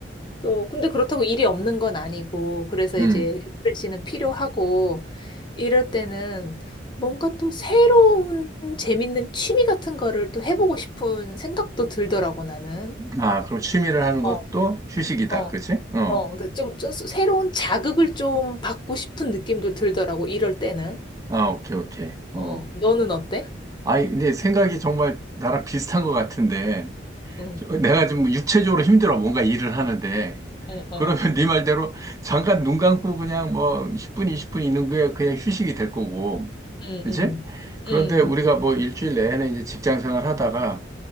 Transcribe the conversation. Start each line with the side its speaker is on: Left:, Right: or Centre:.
Left: 또, 근데 그렇다고 일이 없는 건 아니고, 그래서
Right: 음.
Left: 이제 리프레시는 필요하고, 이럴 때는 뭔가 또 새로운 재밌는 취미 같은 거를 또 해보고 싶은 생각도 들더라고, 나는.
Right: 아, 그럼 취미를 하는
Left: 어,
Right: 것도 휴식이다.
Left: 어,
Right: 그렇지? 어,
Left: 어. 그러니까 좀, 좀 새로운 자극을 좀 받고 싶은 느낌도 들더라고, 이럴 때는.
Right: 아, 오케이, 오케이. 어.
Left: 어, 너는 어때?
Right: 아, 근데 생각이 정말 나랑 비슷한 것 같은데,
Left: 응,
Right: 저- 내가 지금 육체적으로 힘들어 뭔가 일을 하는데
Left: 응, 어,
Right: 그러면 네 말대로 잠깐 눈 감고 그냥 뭐 10분, 20분 있는 게 그냥 휴식이 될 거고.
Left: 응,
Right: 그치?
Left: 응,
Right: 그런데
Left: 응,
Right: 우리가 뭐 일주일 내내 이제 직장 생활 하다가